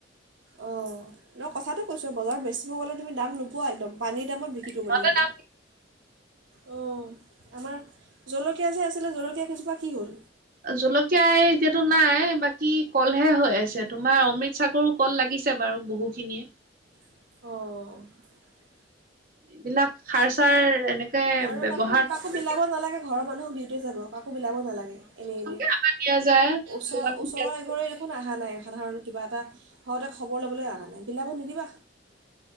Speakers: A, on the right (about 80°); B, on the right (about 50°).
A: অহ ' নহ কথাটো কৈছো বজাৰত বেছিব গ'লে তুমি দাম নোপোৱা একদম। পানীৰ দামত বিক্ৰী কৰিব
B: সিহঁতে
A: লাগিব।
B: দাম
A: অহ ' আমাৰ জলকীয়া যে আছিলে জলকীয়া কেইজোপা কি হল।
B: জলকীয়া এতিয়াতো নাই বাকী। কি কলহে হৈ আছে তোমাৰ অমৃত সাগৰো কল লাগিছে বাৰু বহুখিনি।
A: অহ ',
B: এইবিলাক সাৰ চাৰ এনেকে
A: আৰু
B: ব্যৱহাৰ
A: কাকো কাকো
B: নকৰে
A: বিলাব
B: নেকী?
A: নালাগে ঘৰৰ মানুহক দিওতে যাব। বিলাব নালাগে এনে - এনে
B: দিয়া যায়
A: চ
B: তোমাক
A: ওচৰৰ
B: দিয়া যায়।
A: এৰে দেখোন। সাধাৰণ কিবা এটা সতে খবৰ ল'বলৈ আহা নাই বিলাব নিদিবা।